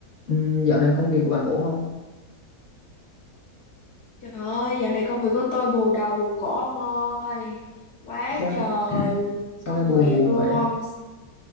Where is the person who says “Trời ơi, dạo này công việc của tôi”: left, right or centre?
Left